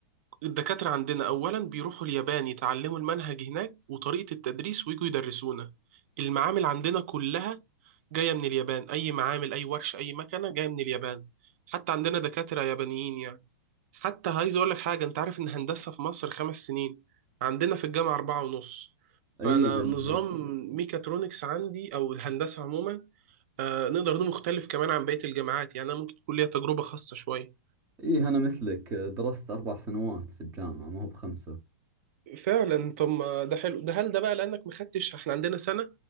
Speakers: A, on the right; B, on the right.
A: الدكاترة عندنا اولا بيروحوا اليابان يتعلموا المنهج هناك وطريقة التدريس ويجوا يدرسونا المعامل عندنا كلها جاية من اليابان اي معامل اي ورش اي مكنة جاية من اليابان حتى عندنا دكاترة يابانيين يعني حتى عايز اقول لك حاجه انت عارف ان هندسه في مصر خمس سنين عندنا في الجامعه اربعه ونص
B: اي
A: فانا
B: لأن
A: نظام ميكاترونكس عندي او الهندسه عموما آه نقدر نقول مختلف كمان عن بقيه الجامعات يعني انا ممكن تكون ليا تجربه خاصه شويه
B: إيه أنا مثلك درست أربع سنوات في الجامعة ما هو بخمسة
A: فعلا طب ما ده حلو ده هل ده بقى لانك ما خدتش احنا عندنا سنه